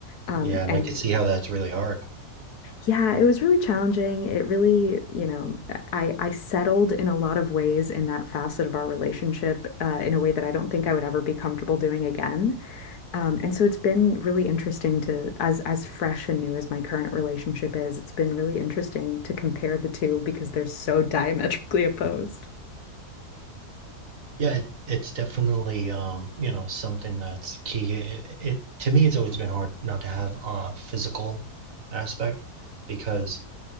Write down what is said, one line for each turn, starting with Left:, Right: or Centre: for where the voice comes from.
Left: Um,
Right: Yeah, and
Left: and
Right: I can see how that's really hard.
Left: yeah, it was really challenging. It really, you know, I I settled in a lot of ways in that facet of our relationship uh, in a way that I don't think I would ever be comfortable doing again. Um, and so it's been really interesting to, as as fresh and new as my current relationship is, it's been really interesting to compare the two because they're so <laughs> diametrically opposed.
Right: Yeah, it, it's definitely um, you know, something that's key. It, it, it to me, it's always been hard not to have a physical aspect because